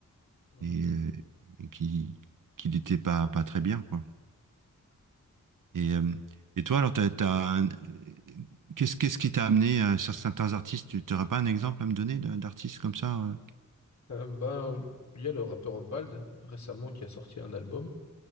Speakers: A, on the left; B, on the right.
A: Mhm.
B: et, euh, et qui, qu'il n'était pas, pas très bien quoi. Et, euh, et toi alors t'as, t'as un- qu'est-ce, qu'est-ce qui t'a amené euh, sur certains artistes? Tu n'aurais pas un exemple à me donner d'un- d'artiste comme ça? euh
A: Euh, ben, il y a le rappeur Vald récemment qui a sorti un album.